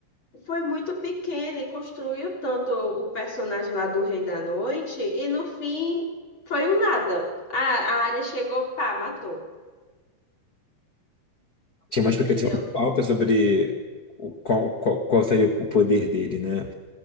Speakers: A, on the left; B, on the left.
A: foi muito pequena e construiu tanto o personagem lá do Rei da Noite e no fim foi um nada. A, a Arya chegou, pá, matou.
B: Tinha uma expectativa
A: Entendeu?
B: muito alta sobre o, qual, qual, qual seria o poder dele, né?